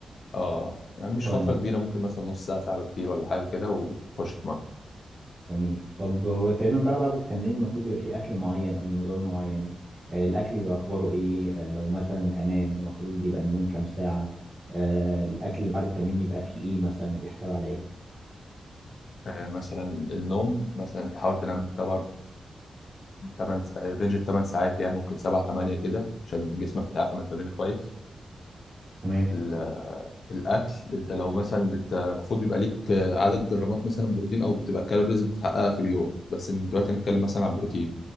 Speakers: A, on the left; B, on the right.
A: اه يعني مش
B: طيب
A: فترة كبيرة ممكن مثلا نص ساعة ساعة كتير ولا حاجة كده وتخش تتمرن
B: جميل طب هو تقريبا بقى بعد التمرين المفروض بيبقى فيه أكل معين أو نظام معين آه، الأكل بيبقى أخباره إيه آه، لو مثلا أنام المفروض يبقى النوم كام ساعة آه، الأكل اللي بعد التمرين يبقى فيه إيه مثلا بيحتوي على إيه
A: آه، مثلا النوم مثلا تحاول تنام طبعا تمن رينج التمن ساعات يعني ممكن سبعة تمانية كده عشان جسمك يتعافى من التمرين كويس
B: تمام
A: ال- الاكل انت لو مثلا بت- المفروض بيبقى ليك عدد جرامات مثلا بروتين او بتبقى كالوريز بتحققها في اليوم بس دلوقتي نتكلم مثلا عن البروتين